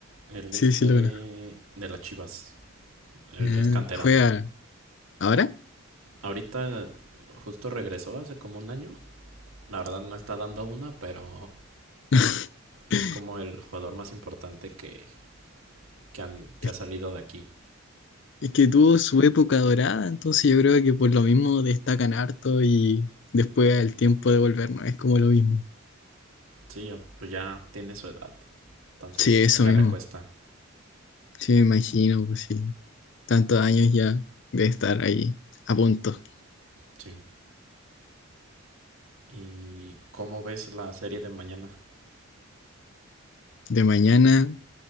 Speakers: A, on the right; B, on the left.
A: él
B: Sí,
A: es
B: sí
A: de,
B: lo conozco.
A: de las Chivas. Él
B: Ah,
A: es canterano.
B: ¿juega ahora?
A: Ahorita justo regresó hace como un año. La verdad no está dando una, pero
B: <laughs>
A: es como el jugador más importante que, que, han- que
B: Es
A: ha salido de aquí.
B: Es que tuvo su época dorada, entonces yo creo que por lo mismo destacan harto y después el tiempo de volver no es como lo mismo.
A: Sí, ya- pues ya tiene su edad. Entonces
B: Sí, eso
A: ya
B: mismo.
A: le cuesta.
B: Sí, me imagino, pues sí. Tantos años ya de estar ahí a punto.
A: Sí. ¿Y cómo ves la serie de mañana?
B: De mañana,